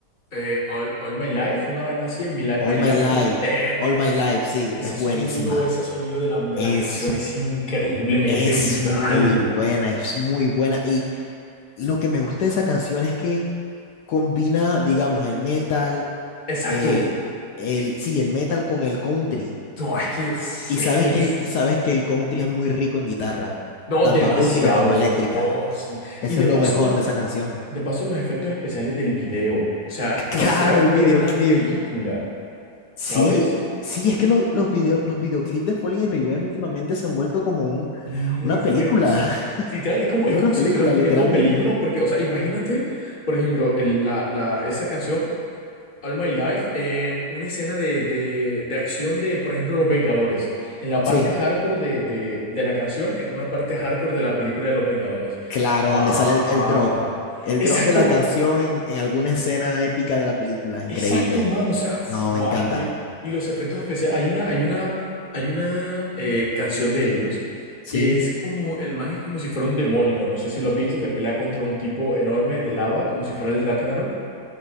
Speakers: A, on the left; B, on the left.
A: eh, All, All My Life, una vez así, en Mi Li-
B: All
A: My
B: My
A: Love,
B: Life,
A: creo. Eh, man,
B: All My Life, sí,
A: ese
B: es
A: sonido,
B: buenísima.
A: ese sonido de la, de
B: Es,
A: la canción es increíblemente
B: es
A: brutal.
B: muy buena, es muy buena. Y lo que me gusta de esa canción es que combina, digamos, el metal,
A: Exacto.
B: el, el, sí, el metal con el country.
A: No, es que, uf,
B: Y
A: es
B: sabes
A: que,
B: que,
A: uf,
B: sabes que el country es muy rico en guitarra,
A: no,
B: tanto
A: demasiado.
B: acústica como eléctrica.
A: Oh, sí.
B: Eso
A: Y de
B: es
A: paso,
B: lo mejor de esa canción.
A: de paso, los efectos especiales del video. O sea,
B: <laughs> Claro,
A: pareciera como
B: el videoclip.
A: una película,
B: Sí,
A: ¿sabes?
B: sí, es que lo- los video- los videoclips de Falling in Reverse últimamente se han vuelto como un,
A: muy
B: una
A: buenos.
B: película. <laughs>
A: Literal, es como,
B: Es
A: es
B: una
A: como si
B: película,
A: estuviéramos
B: literalmente.
A: viendo películas, porque, o sea, imagínate, por ejemplo, el- la, la, esa canción, All My Life, en una escena de, de, de acción de, por ejemplo, Los Vengadores, en la
B: Sí,
A: parte hardcore de, de, de la canción, en una parte hardcore de la película de Los Vengadores.
B: claro,
A: Man.
B: donde sale el, el drop. El
A: Exacto,
B: drop de la canción en, en alguna escena épica de la película. Increíble.
A: Exacto, man, o sea, fuá,
B: No, me encanta.
A: es que- y los efectos especiales, hay una, hay una, hay una eh, canción de ellos
B: Sí.
A: que es como, el man es como si fuera un demonio, no sé si lo has visto, que pelea contra un tipo enorme de lava, como si fuera el Ragnarok.